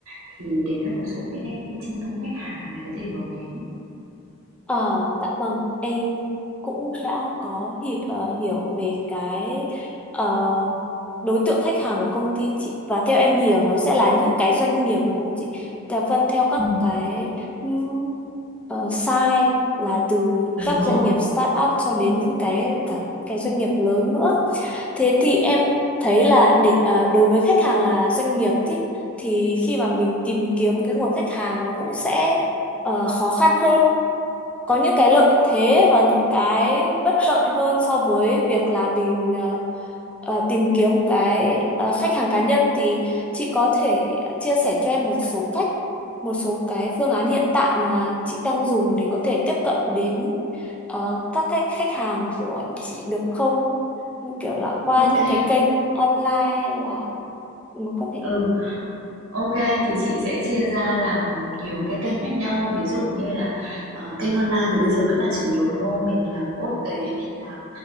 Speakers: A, on the right (about 75°); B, in the centre.
A: Thì đấy là một số những cái cái chân dung khách hàng mà mình có thể hướng đến.
B: Ờ, dạ vâng, em cũng đã có hi ờ, hiểu về cái ờ, đối tượng khách hàng của công ty chị và theo em hiểu nó sẽ là những cái doanh nghiệp đúng không chị? Là phân theo các
A: Ừm,
B: cái um, ờ, size là từ
A: đúng
B: các
A: rồi.
B: doanh nghiệp start up cho đến những cái cả những cái doanh nghiệp lớn nữa. Thế thì em thấy là để ờ, đối với khách hàng là doanh nghiệp thì thì khi mà mình tìm kiếm cái nguồn khách hàng nó cũng sẽ ờ, khó khăn hơn có những cái lợi thế và những cái bất lợi hơn so với việc là mình ờ, ờ, tìm kiếm một cái ờ, khách hàng cá nhân thì chị có thể chia sẻ cho em một số cách, một số cái phương án hiện tại mà chị đang dùng để có thể tiếp cận đến ờ, các khách khách hàng của chị được không? Như kiểu là qua
A: ok.
B: những cái kênh online hay là mối quan hệ.
A: Ừ. OK, thì chị sẽ chia ra làm nhiều cái kênh khác nhau. Ví dụ như là ờ, kênh online thì bây giờ vẫn là chủ yếu đúng không? Mình làm quốc tế, mình làm